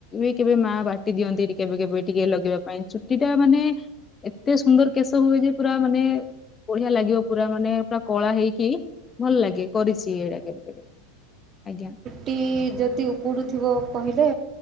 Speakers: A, on the left; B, on the right.
A: ଏ କେବେ ମା ବାଟି ଦିଅନ୍ତି କେବେ କେବେ ଟିକେ ଲଗେଇବା ପାଇଁ, ଚୁଟି ଟା ମାନେ ଏତେ ସୁନ୍ଦର କେଶ ହୁଏ ଯେ ପୁରା ମାନେ ବଢିଆ ଲାଗିବ ପୁରା ମାନେ ପୁରା କଳା ହେଇକି ଭଲ ଲାଗେ କରିଛି ଏଇଡା କେବେ କେବେ ଆଜ୍ଞା।
B: ଟି ଯଦି ଉପୁଡ଼ୁଥିବ କହିଲେ